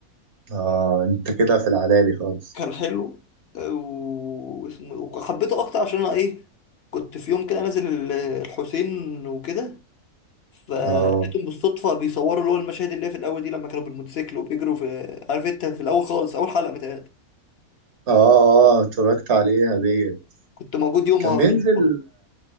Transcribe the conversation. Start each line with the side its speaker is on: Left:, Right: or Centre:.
Right: اه انت كده في العلالي خالص
Left: كان حلو آه، و- واسمه وحبيته اكتر عشان انا ايه كنت في يوم كده نازل ال- الحسين وكده فلقيتهم
Right: اه
Left: بالصدفه بيصوروا اللي هو المشاهد اللي هي في الاول دي لما كانوا بالموتوسيكل وبيجروا في عارف انت في الاول خالص في اول حلقه متهيألي
Right: اه اه اتفرجت عليها ديت
Left: كنت موجود يومها
Right: كان بينزل
Left: في الفورم